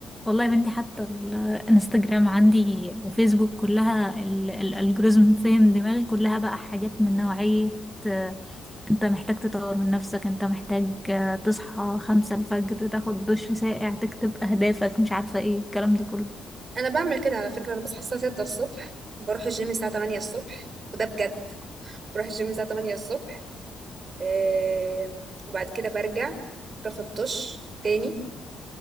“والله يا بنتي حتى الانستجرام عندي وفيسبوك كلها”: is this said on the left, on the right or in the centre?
Centre